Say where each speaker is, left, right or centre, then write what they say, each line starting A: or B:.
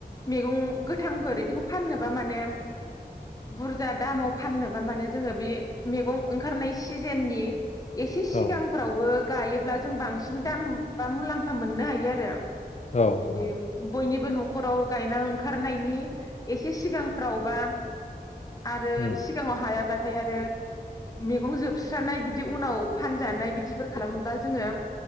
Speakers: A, on the left; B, on the left.
A: मैगं गोथांफोर बिदिखौ फाननोबा माने बुरजा दामाव फाननोबा माने जोङो बे मैगं ओंखारनाय सिजेननि एसे
B: औ
A: सिगांफ्रावबो गायोब्ला जों बांसिन दाम बा मुलाम्फा मोननो हायो आरो।
B: औ
A: बिदि
B: औ
A: बयनिबो न'खराव गायना ओंखारनायनि एसे सिगांफ्राव बा आरो
B: उम
A: सिगाङाव हायाब्ला थाय आरो मेगं जोबस्रानाय बिदि उनाव फानजानाय बिदिफोर खालामोबा जोङो